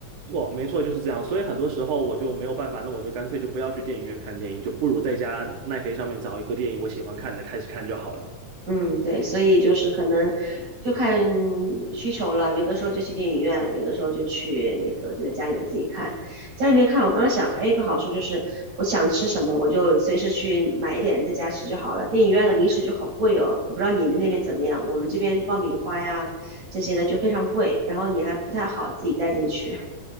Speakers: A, on the right; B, on the right.
A: 错，没错，就是这样，所以很多时候我就没有办法，那我就干脆就不要去电影院看电影，就不如在家奈飞上面找一个电影我喜欢看的开始看就好了。
B: 嗯，对，所以就是可能就看需求了，有的时候就去电影院，有的时候就去那个就在家里面自己看。家里面看，我刚刚想还有一个好处就是，我想吃什么我就随时去买一点在家吃就好了。电影院的零食就好贵哦，我不知道你们那边怎么样，我们这边爆米花呀这些的就非常贵，然后你还不太好自己带进去。